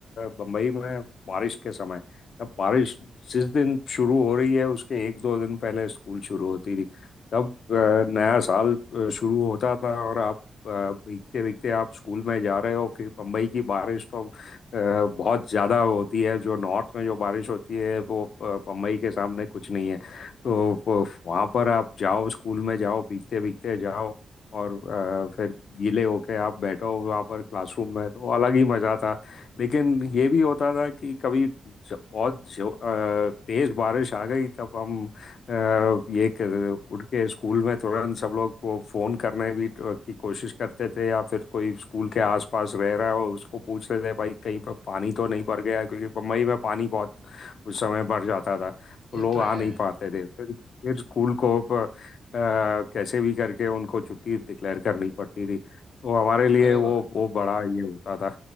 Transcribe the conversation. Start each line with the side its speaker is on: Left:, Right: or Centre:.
Left: बम्बई में बारिश के समय अब बारिश जिस दिन शुरू हो रही है उसके एक दो दिन पहले स्कूल शुरू होती थी तब अ, नया साल अ, शुरू होता था और आप अ, भीगते भीगते आप स्कूल में जा रहे हो कि बम्बई की बारिश तो अ, बहुत ज़्यादा होती है जो नॉर्थ में जो बारिश होती है वो अ, बम्बई के सामने कुछ नहीं है तो वो- वहाँ पर आप जाओ स्कूल में जाओ भीगते भीगते जाओ और अ, फिर गीले होके आप बैठो वहाँ पर क्लासरूम में तो अलग ही मज़ा था लेकिन ये भी होता था कि कभी ज- बहुत जो, अ, तेज बारिश आ गई तब हम अ, ये कर- उठ के स्कूल में तुरंत सब लोग को फ़ोन करने भी तो- की कोशिश करते थे या फिर कोई स्कूल के आसपास रह रहा है और उसको पूछते थे भाई कहीं पर पानी तो नहीं भर गया क्योंकि बम्बई में पानी बहुत उस समय भर जाता था तो
Right: ये
Left: लोग
Right: तो
Left: आ
Right: है
Left: नहीं पाते थे फिर फिर स्कूल को अ, कैसे भी करके उनको छुट्टी डिक्लेयर करनी पड़ती थी तो हमारे लिए
Right: अरे
Left: वो
Right: वाह
Left: वो बड़ा ये होता था